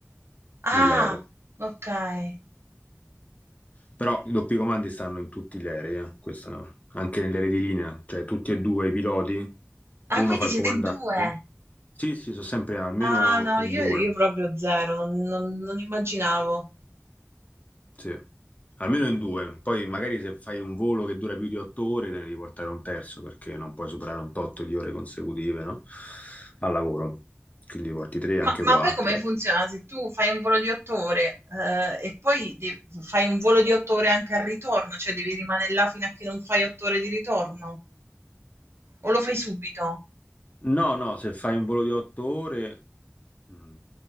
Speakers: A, on the right (about 60°); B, on the left (about 30°).
A: Ah,
B: nell'aereo.
A: okay.
B: Però i doppi comandi stanno in tutti gli aerei, eh, questo- anche negli aerei di linea, cioè tutti e due i piloti,
A: Ah,
B: uno
A: quindi
B: fa il
A: siete
B: comandante.
A: in 2.
B: Sì, sì, sono sempre almeno
A: Ah no,
B: in
A: io
B: due.
A: io proprio 0, non non non immaginavo.
B: Sì, almeno in due. Poi magari se fai un volo che dura più di otto ore, te ne devi portare un terzo perché non puoi superare un tot di ore consecutive, no? Al lavoro. Quindi porti tre, anche
A: Ma ma
B: quattro.
A: poi come funziona? Se tu fai un volo di 8 ore, ehm, e poi de fai un volo di 8 ore anche al ritorno, cioè devi rimanere là fino a che non fai 8 ore di ritorno? O lo fai subito?
B: No, no, se fai un volo di otto ore, mh,